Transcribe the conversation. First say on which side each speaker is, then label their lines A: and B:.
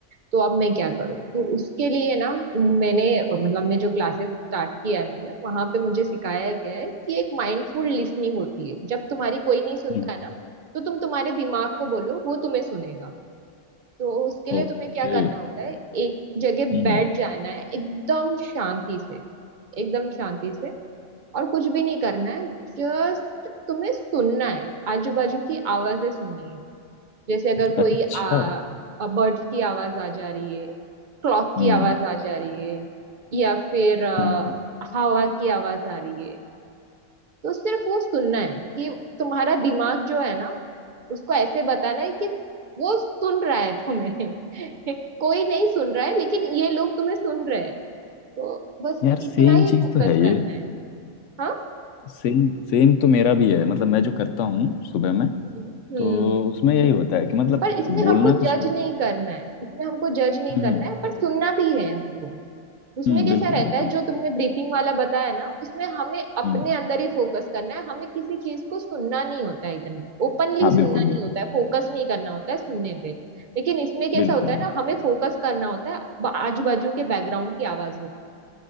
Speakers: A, on the right; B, on the left.
A: तो अब मैं क्या करूँ तो उसके लिए ना मैंने मतलब मैं जो क्लासेस स्टार्ट किया है मैंने वहां पे मुझे सिखाया गया है कि एक माइंडफुल लिसनिंग होती है जब तुम्हारी कोई नहीं सुनता
B: हम्म,
A: है ना तो तुम तुम्हारे दिमाग को बोलो वो तुम्हें सुनेगा तो उसके लिए
B: ओके
A: तुम्हें क्या करना होता है एक जगह
B: हम्म
A: बैठ जाना है एकदम शांति से एकदम शांति से और कुछ भी नहीं करना है जस्ट तुम्हें सुनना है आजू बाजू की आवाजें सुननी है जैसे अगर कोई
B: अच्छा
A: आ, बर्ड्स की आवाज आ जा रही है क्लॉक की
B: हम्म
A: आवाज आ जा रही है या फिर अ,
B: हम्म
A: हवा की आवाज आ रही है तो सिर्फ वो सुनना है कि तुम्हारा दिमाग जो है ना उसको ऐसे बताना है कि वो सुन रहा है तुम्हें <laughs> कोई नहीं सुन रहा है लेकिन ये लोग तुम्हें सुन रहे हैं तो बस
B: यार सेम
A: इतना ही
B: चीज
A: फोकस
B: तो है ये
A: करना है हाँ
B: सेम सेम तो मेरा भी है मतलब मैं जो करता हूँ सुबह में
A: हम्म
B: तो उसमें यही होता है कि मतलब
A: पर इसमें
B: बोलना
A: हमको
B: कुछ
A: जज
B: नहीं।
A: नहीं करना है इसमें हमको जज नहीं
B: हम्म
A: करना है पर सुनना भी है हमको उसमें
B: हम्म
A: कैसा
B: बिल्कुल
A: रहता
B: बिल्कुल
A: है जो तुमने ब्रीथिंग वाला बताया ना उसमें हमें अपने
B: हम्म
A: अंदर ही फोकस करना है हमें किसी चीज को सुनना नहीं होता है इतना ओपनली
B: हाँ
A: सुनना
B: बिल्कुल बिल्कुल
A: नहीं होता है फोकस नहीं करना होता है सुनने पे लेकिन इसमें कैसा
B: बिल्कुल
A: होता है ना हमें फोकस करना होता है आजू बाजू के बैकग्राउंड की आवाजों